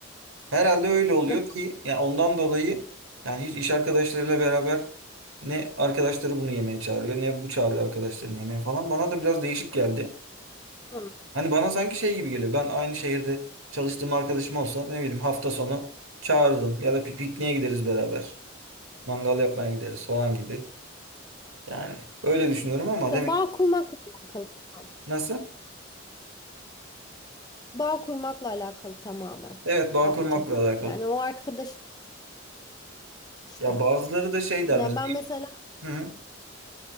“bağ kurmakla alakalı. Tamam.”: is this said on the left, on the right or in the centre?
Left